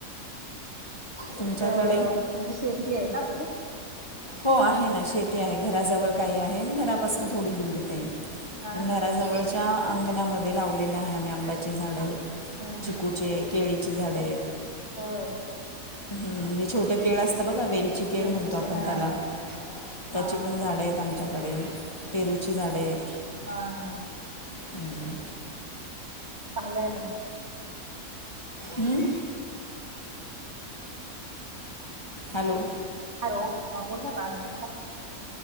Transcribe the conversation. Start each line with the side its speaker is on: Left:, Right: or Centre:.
Left: तुमच्याकडे
Right: अ तुमची शेती आहे का? म्हणजे
Left: हो आहे, ना शेती आहे, घराजवळ काही आहे, घरापासन थोडी दूर काही.
Right: हा
Left: घराजवळच्या
Right: हा
Left: अंगणामध्ये लावलेलं आहे आम्ही आंब्याची झाडे
Right: हम्म
Left: चिकूचे,
Right: हम्म
Left: केळीची झाडे आहेत.
Right: होय.
Left: हम, म्हणजे छोटं केळ असतं बघा, वेलची केळ
Right: वेलची
Left: म्हणतो आपण
Right: हा
Left: त्याला.
Right: हा हा
Left: त्याची पण झाडं आहेत आमच्याकडे,,
Right: होय
Left: पेरूची झाडं आहेत
Right: हा हा
Left: हम्म.
Right: चांगलं य ना.
Left: हम्म. Hello
Right: hello? म बोल ना मग अजून काय?